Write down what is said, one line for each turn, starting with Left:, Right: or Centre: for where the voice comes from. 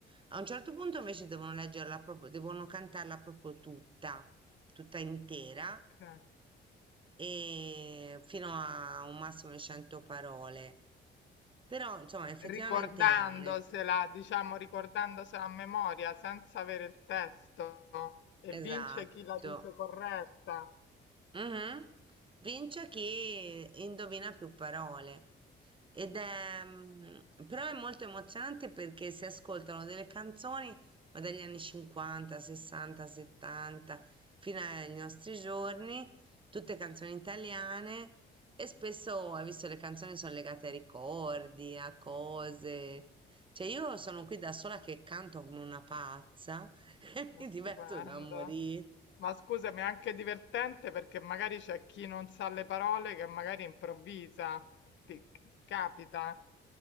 Right: A un certo punto invece devono leggerla proprio, devono cantarla proprio tutta, tutta intera,
Left: Ok.
Right: e fino a un massimo di 100 parole. Però, insomma, effettivamente
Left: Ricordandosela,
Right: non è
Left: diciamo, ricordandosela a memoria, senza avere il testo. E
Right: esatto.
Left: vince chi la dice corretta.
Right: Mhm. Vince chi indovina più parole. Ed è, mm, però è molto emozionante perché si ascoltano delle canzoni, ma dagli anni 50, 60, 70, fino ai nostri giorni, tutte canzoni italiane e spesso, hai visto, le canzoni sono legate ai ricordi, a cose. Cioè io sono qui da sola che canto come una pazza <laughs> e
Left: Ma
Right: mi
Left: stupendo.
Right: diverto da morire.
Left: Ma scusami, è anche divertente perché magari c'è chi non sa le parole che magari improvvisa, ti capita,